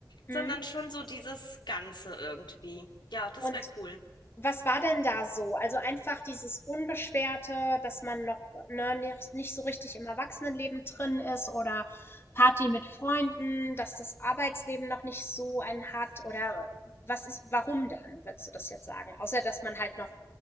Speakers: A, on the left; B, on the left.
A: Mhm.
B: sondern schon so dieses Ganze irgendwie. Ja, das
A: Und
B: wäre cool.
A: Was war denn da so? Also einfach dieses Unbeschwerte, dass man noch, ne, nicht nicht so richtig im Erwachsenenleben drin ist oder Party mit Freunden, dass das Arbeitsleben noch nicht so einen hat oder was ist, warum denn, würdest du das jetzt sagen? Außer, dass man halt noch,